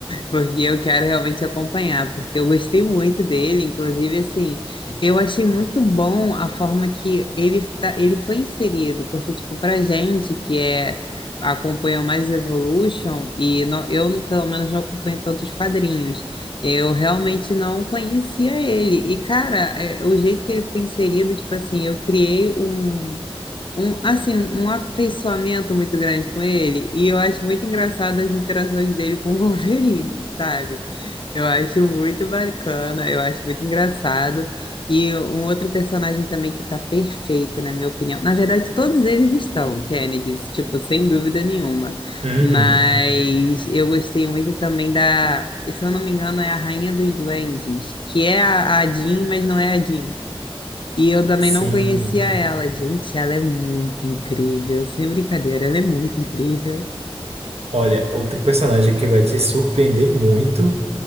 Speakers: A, on the left; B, on the right.
A: Porque eu quero realmente acompanhar, porque eu gostei muito dele, inclusive, assim, eu achei muito bom a forma que ele, tá, ele foi inserido, porque, tipo, pra gente que é, acompanhou mais Evolution, e não- eu, não- pelo menos, não acompanho tantos quadrinhos, eu realmente não conhecia ele, e, cara, é, o jeito que ele foi inserido, tipo assim, eu criei um um, assim, um afeiçoamento muito grande com ele, e eu acho muito engraçado as interações dele com o <laughs> Wolverine, sabe? Eu acho muito bacana, eu acho muito engraçado. E um outro personagem também que tá perfeito, na minha opinião. Na verdade, todos eles estão, Kennedy, tipo, sem dúvida nenhuma.
B: Uhum,
A: Mas eu gostei muito também da, se eu não me engano, é a Rainha dos Duendes, que é a, a Jean, mas não é a Jean. E eu também
B: sim.
A: não conhecia ela. Gente, ela é muito incrível, sem brincadeira, ela é muito incrível.
B: Olha, outro personagem que vai te surpreender muito.